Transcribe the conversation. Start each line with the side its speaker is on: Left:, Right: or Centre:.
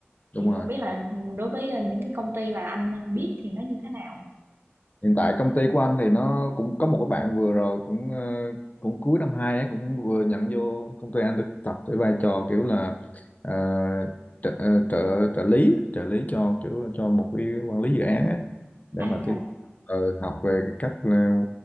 Left: đúng
Right: thì không
Left: rồi.
Right: biết là, đối với, ơ, những cái công ty mà anh, ơ, biết thì nó như thế nào?
Left: hiện tại công ty của anh thì nó cũng có một cái bạn vừa rồi cũng ờ, cũng cuối năm hai ấy cũng vừa nhận vô công ty anh thực tập với vai trò kiểu là ờ, trợ, ờ, trợ trợ lý trợ lý cho kiểu cho một cái quản lý dự án ấy để
Right: À,
Left: mà
Right: dạ,
Left: tiến ờ, học về cái cách là-